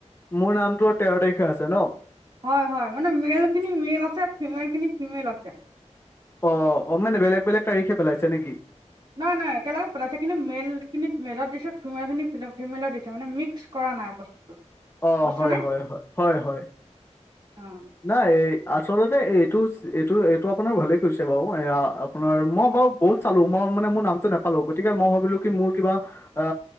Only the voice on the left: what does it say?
মোৰ নামটো তেৰ তাৰিখে আছে ন'?
অ', অ' মানে বেলেগ বেলেগ তাাৰিখে পেলাইছে নেকি?
অ'
হয় হয় হয়, হয় হয়।
নাই এই আচলতে এইটো এইটো এইটো আপোনাৰ ভালেই কৰিছে বাৰু এয়া আপোনাৰ মই বাৰু বহুত চালো মই মানে মোৰ নামটো নাপালো গতিকে মই ভাবিলোঁ কি মোৰ কিবা আ